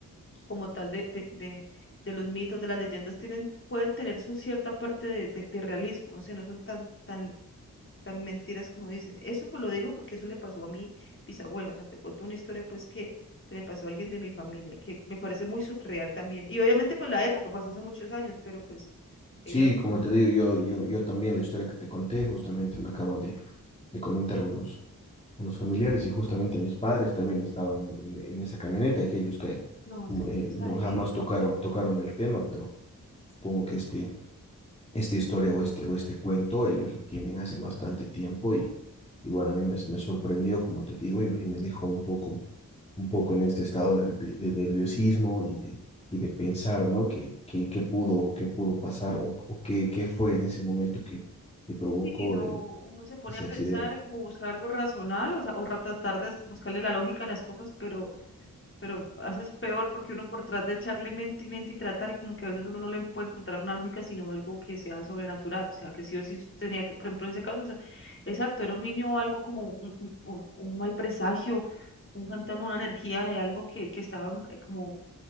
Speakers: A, on the left (about 35°); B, on the left (about 15°).
A: como tal de, de, de, de los mitos, de las leyendas, tienen, pueden tener su cierta parte de, de, de realismo, no sé, no son tan, tan, tan mentiras como dicen. Eso pues lo digo porque eso le pasó a mi bisabuela, o sea, te cuento una historia pues que, que le pasó a alguien de mi familia, que me parece muy surreal también. Y obviamente pues la época pasó hace muchos años, pero pues ella
B: Sí,
A: lo
B: como
A: vivió.
B: te digo, yo, yo, yo también la historia que te conté, justamente me acaban de, de comentar unos, unos familiares y justamente mis padres también estaban en, en- en esa camioneta, aquellos que
A: No, es que
B: eh,
A: esto está
B: no
A: heavy.
B: jamás tocaron, tocaron el tema, pero supongo que este esta historia o este, o este cuento, ellos lo tienen hace bastante tiempo y, y bueno, a mí me, me sorprendió, como te digo, y, y me dejó un poco, un poco en este estado de, de, de nerviosismo y de, y de pensar, ¿no? ¿Qué, qué, qué pudo, qué pudo pasar o, o qué, qué fue en ese momento que, que provocó
A: Sí, no,
B: el,
A: uno se pone
B: ese
A: a pensar
B: accidente?
A: como buscar algo razonable, o sea, o ra- tratar de buscarle la lógica a las cosas, pero pero haces peor porque uno por tratar de echarle mente y mente y tratar, y como que a veces uno no le puede encontrar una lógica, sino algo que sea sobrenatural, o sea, que sí o sí tenía que, por ejemplo, en ese caso, o sea, exacto, era un niño o algo como un, un- un- un mal presagio, un fantasma, una energía de algo que, que estaba eh, como